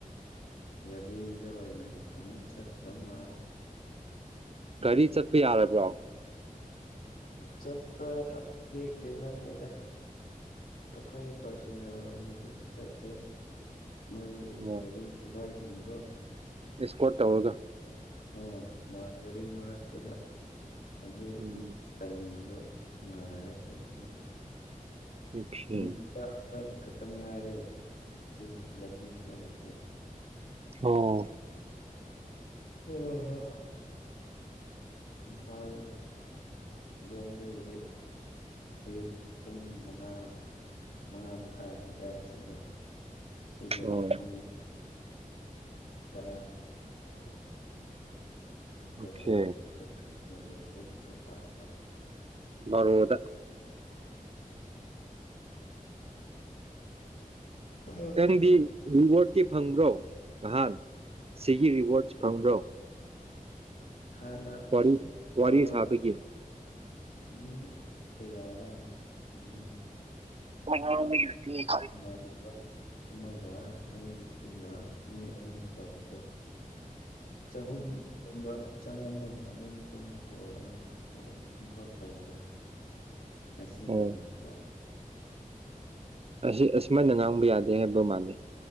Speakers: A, on the left; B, on the right.
A: ꯒꯔꯤꯗ ꯑꯣꯏꯅ ꯑꯃꯨꯛ ꯁꯠ ꯈꯔ ꯃꯥꯜꯂꯦ
B: ꯒꯥꯔꯤ ꯆꯠꯄ ꯌꯥꯔꯕ꯭ꯔꯣ
A: ꯆꯠꯄ ꯗꯤ ꯀꯩꯅꯣꯅꯤꯗ ꯑꯈꯣꯏ ꯄꯔꯁꯅꯦꯜ ꯑꯣꯏꯅꯗꯤ ꯆꯠꯇꯦ ꯃꯣꯏ
B: ꯑꯣ
A: ꯒꯔꯤꯁꯤꯕꯥꯏ ꯁꯤꯡꯒꯣ
B: ꯑꯦꯁꯀꯣꯔꯠ ꯇꯧꯔꯒ
A: ꯑ ꯃꯥꯒ꯭ꯔꯤ ꯃꯔꯛꯇꯨꯗ ꯑꯗꯨ
B: ꯎꯝ
A: ꯇꯥꯏꯃꯤꯡꯗꯣ ꯉꯥꯏꯔ ꯆꯠꯄꯅꯦꯗ
B: ꯑꯣꯀꯦ
A: ꯅꯨꯃꯤ ꯈꯛꯇ ꯉꯥꯏꯔꯦ ꯁꯤ ꯂꯝꯕꯤ ꯆꯠꯂꯤꯁꯦ
B: ꯑꯣ
A: ꯎꯝ ꯏꯝꯐꯥꯜ ꯔꯣꯝꯗꯒꯤꯗꯤ ꯑꯌꯨꯛ ꯄꯨꯡ ꯃꯉꯥ ꯃꯉꯥ ꯃꯈꯥꯏ ꯑꯗꯨꯋꯥꯏ ꯆꯠꯂꯦ ꯁꯤꯗꯅ
B: ꯑꯣ
A: ꯄꯨꯡ ꯇꯥꯔꯥꯃꯥꯊꯣꯏ
B: ꯑꯣꯀꯦ
A: ꯕꯣꯔꯣ ꯍꯣꯂ ꯅꯣꯅꯦꯗꯒꯤ ꯆꯠꯄ ꯍꯧꯕ
B: ꯎꯝ ꯕꯥꯔꯣꯗ
A: ꯎꯝ ꯑ
B: ꯈꯥꯔꯗꯤ ꯔꯤꯋꯥꯔꯗꯇꯤ ꯐꯪꯕ꯭ꯔꯣ ꯅꯍꯥꯟ ꯁꯤꯒꯤ ꯔꯤꯋꯥꯔꯠ ꯐꯪꯕ꯭ꯔꯣ
A: ꯍꯥꯟꯅ
B: ꯋꯥꯔꯤ ꯋꯥꯔꯤ
A: ꯇꯧꯔꯝꯕꯅꯦ
B: ꯁꯥꯕꯒꯤ ꯎꯝ
A: ꯃꯤ ꯀꯌꯥꯔꯥ ꯃꯤ
B: <unintelligible>
A: ꯃꯥꯟꯅꯕ ꯑꯃꯒ ꯑꯩ ꯄꯤꯒ ꯃꯤ ꯑꯍꯨꯝ ꯇꯧꯎꯕꯗ ꯆꯍꯨꯝ ꯄꯨꯟꯕ ꯆꯪꯉꯝꯃꯤ ꯑꯗꯨ ꯃꯇꯨꯡꯗ ꯀꯣꯜ ꯑꯃ ꯑꯃꯨꯛꯐꯥꯎ ꯇꯧꯗ꯭ꯔꯤ ꯉꯁꯤꯅ
B: ꯑꯣ
A: ꯑꯃꯨꯛ ꯇꯧ ꯍꯧꯕꯅꯦ
B: ꯑꯁꯤ ꯑꯁꯨꯝꯃꯥꯏꯅ ꯉꯥꯡꯕ ꯌꯥꯗꯦ ꯍꯥꯏꯕ ꯃꯥꯥꯜꯂꯦ